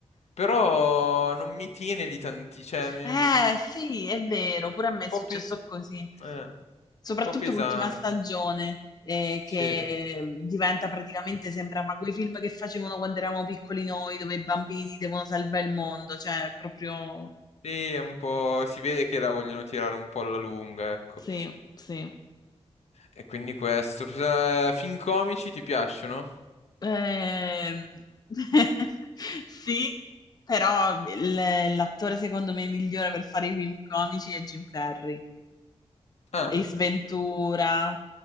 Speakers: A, on the left (about 75°); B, on the left (about 35°).
A: Però non mi tiene lì tanti, cioè, mi-
B: Eh sì, è vero, pure a me è
A: po'
B: successo
A: pe-
B: così,
A: eh, un
B: soprattutto
A: po' pesante,
B: l'ultima stagione, eh,
A: sì.
B: che diventa praticamente, sembrava quei film che facevano quando eravamo piccoli noi, dove i bambini devono salvare il mondo, cioè è proprio...
A: Sì, è un po'... si vede che la vogliono tirare un po' alla lunga, ecco.
B: Sì, sì.
A: E quindi questo. Eh, film comici ti piacciono?
B: Ehm, <laughs> sì, però il- l'attore secondo me migliore per fare i film comici è Jim Carrey.
A: Ah,
B: Ace Ventura,